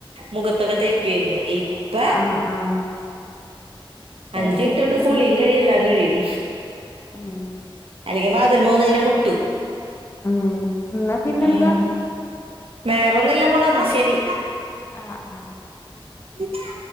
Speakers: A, on the right; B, on the left.
A: മുഖത്തൊക്കെ തേക്കേര്ന്നു ഇപ്പ
B: ആഹ് ആഹ് കേക്കുന്നില്ലല്ലേ
A: അഞ്ച് മിൻറ്റോണ്ട് കുളിയും കഴിയും എല്ലാം കഴിയും.
B: ഉം
A: അല്ലങ്കി വാതിൽമ വന്ന്ങ്ങനെ മുട്ടും
B: ഉം എന്നാ പിന്നെന്താ
A: ഉം വേറെന്നുംല്ല മോളന്ന ശരി
B: ആഹ് ആഹ്
A: ഇൻന്താ